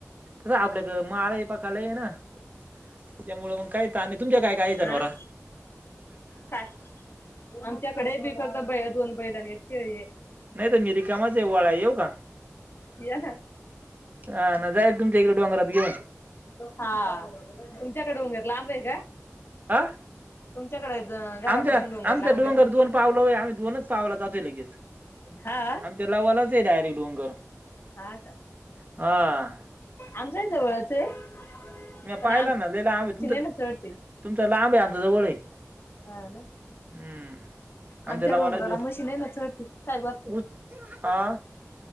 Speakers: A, on the right; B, on the left.
A: तसं आपल्याकडे माळ पाकाला आहे ना त्याच्यामुळे मग काही ताण नाही तुमच्या काय काय जनावरा
B: अं काय आमच्याकडे बी फक्त ब दोन बैलां एक शेळी
A: नाही तर मी रिकमाच आये वाळाया आहे येऊ का
B: या ना
A: हा ना जाईर तुमच्या इकडे डोंगरात घे
B: हा तुमच्याकडे होऊनेत लांब आहे का
A: आ
B: तुमच्याकडे घरापासून
A: आमच्या आमच्या
B: लांब
A: डोंगर
B: आहे
A: दोन पावला हो आम्ही दोनच पावला जातोय लगेच
B: हा
A: आणिम त्या लावाच आहे डायरेक् डंगर
B: हता
A: हा
B: आमच्या जवळचं आहे
A: मी
B: पण
A: पाहिला ना लिला आंब आहे तुमच
B: ना चढते
A: तुमचा लांब आहे आमच्या जवळ आहे
B: हा ना
A: हम्म
B: आमच्या
A: लवाला
B: डोंगराला
A: डो
B: मशीन आहे ना चढती काय बात
A: उ हा